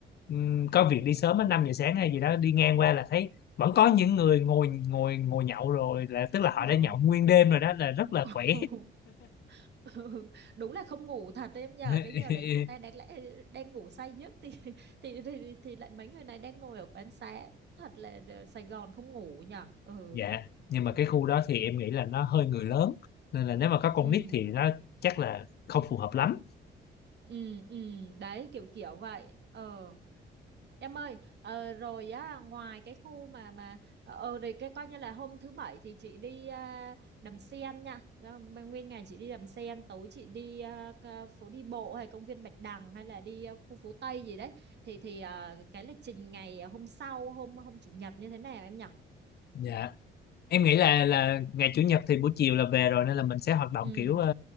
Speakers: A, on the left; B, on the right.
A: ừm, có việc đi sớm á 5 giờ sáng hay gì đó đi ngang qua là thấy vẫn có những người ngồi ngồi ngồi nhậu rồi là tức là họ
B: ui
A: đã
B: trời
A: nhậu
B: ơi
A: nguyên đêm rồi đó là rất là
B: <laughs>
A: khỏe
B: Ừ, đúng là không ngủ thật đấy em nhờ
A: <laughs>
B: cái giờ đấy người ta đáng lẽ đang ngủ say giấc thì, <laughs> thì thì thì lại mấy người này đang ngồi ở quán xá thật là ờ, Sài Gòn không ngủ nhở ừ
A: dạ nhưng mà cái khu đó thì em nghĩ là nó hơi người lớn nên là nếu mà có con
B: ừ
A: nít thì nó chắc là không phù hợp lắm
B: ừ ừ đấy kiểu kiểu vậy ờ Em ơi, ờ, rồi á, ngoài cái khu mà mà ờ ờ, rồi cái coi như là hôm thứ bảy thì chị đi à, Đầm Sen nha. Đó, mà Nguyên ngày chị đi Đầm Sen, tối chị đi à, ca- phố đi bộ hay công viên Bạch Đằng hay là đi à, khu phố Tây gì đấy. Thì thì à, cái lịch trình ngày hôm sau hôm hôm chủ nhật như thế nào em nhỉ?
A: dạ em nghĩ là là ngày chủ nhật thì buổi chiều là về rồi nên là mình sẽ hoạt động
B: Ừ.
A: kiểu ờ,